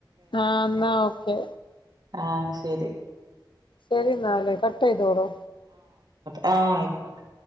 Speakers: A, on the left; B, on the right.
A: ആ ന്നാ ഓക്കെ
B: ആ ശെരി
A: ശരി ന്നാല് കട്ട്യ്തോളു
B: ആ ആയിക്കോട്ടെ